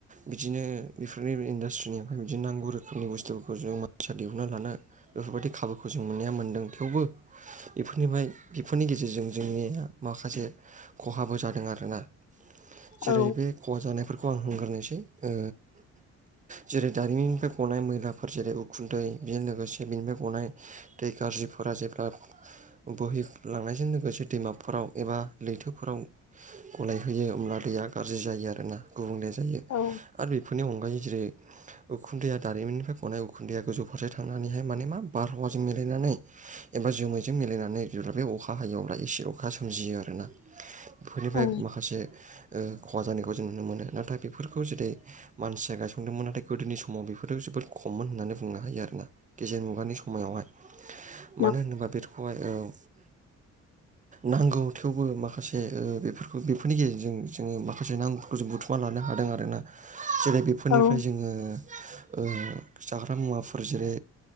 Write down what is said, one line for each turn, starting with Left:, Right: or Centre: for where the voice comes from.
Right: बिदिनो बेफोरनि इन्डास्ट्रिनिफ्राय बिदिनो नांगौ रोखोमनि बुस्थुफोरखौ जों मानसिया दिहुनना लानो बेफोरबायदि खाबुखौ जों मोननाया मोनदों थेवबो इफोरनिफ्राय बेफोरनि गेजेरजों जोंनिया माखासे खहाबो जादों आरोना जेरै
Left: औ
Right: बे खहा जानायफोरखौ आं बुंग्रोनोसै ओ जेरै दारिमिननिफ्राय ग'नाय मैलाफोर जेरै उखुन्दै बेजों लोगोसे बेनिफ्राय ग'नाय दै गाज्रिफोरा जेब्ला बोहै लांनायजों लोगोसे दैमाफोराव एबा लैथोफोराव गलायहोयो होमब्ला दैया गाज्रि जायो आरोना गुबुंले जायो
Left: औ
Right: आरो बेफोरनि अनगायै जेरै उखुन्दैया दारिमिननिफ्राय ग'नाय उखुन्दैया गोजौ फारसे थांनानैहाय माने मा बारहावाजों मिलायनानै एबा जोमैजों मिलायनानै जेब्ला बे अखा हायो अब्ला एसे अखा सो जियो आरोना बेफोरनिफ्राय
Left: औ
Right: माखासे ओ खहा जानायखौ जों नुनो मोनो। नाथाय बेफोरखौ जेरै मानसिया गायसनदोंमोन नाथाय गोदोनि समाव बेफोरो जोबोद खममोन होननानै बुंनो हायो आरोना। गेजेर मुगानि समायावहाय
Left: <unintelligible>
Right: मानो होनोबा <unintelligible> औ नांगौ थेवबो माखासे ओ बेफोरखौ बेफोरनि गेजेरजों जोङो माखासे नां जों बुथुमना लानो हादों आरोना जेरै बेफोरनिफ्राय
Left: औ
Right: जोङो ओ जाग्रा मुवाफोर ओ जेरै